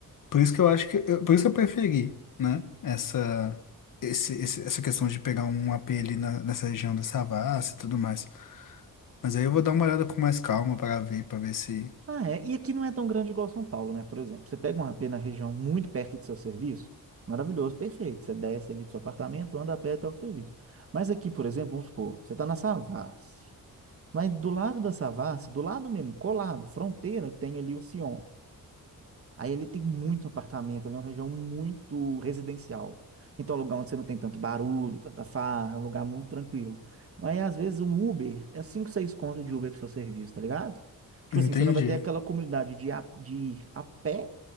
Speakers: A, on the left (about 65°); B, on the right (about 40°).
A: Por isso que eu acho que. eu- por isso que eu preferi, né? Essa. Esse, esse- essa questão de pegar um AP ali na- nessa região da Savassi e tudo mais. Mas aí eu vou dar uma olhada com mais calma para ver, para ver se.
B: Ah, é. E aqui não é tão grande igual São Paulo, né? Por exemplo, você pega um AP na região muito perto do seu serviço, maravilhoso, perfeito. Você desce ali do seu apartamento, anda a pé até o serviço. Mas aqui, por exemplo, vamos supor, você está na Savassi. Mas do lado da Savassi, do lado mesmo, colado, fronteira, tem ali o Sion. Aí ele tem muito apartamento, ali é uma região muito residencial. Então é um lugar onde você não tem tanto barulho, tanta farra, é um lugar muito tranquilo. Mas às vezes um Uber é 5, 6 contas de Uber pro seu serviço, tá ligado? Tipo
A: Entendi.
B: assim, você não vai ter aquela comunidade de, a- de ir a pé,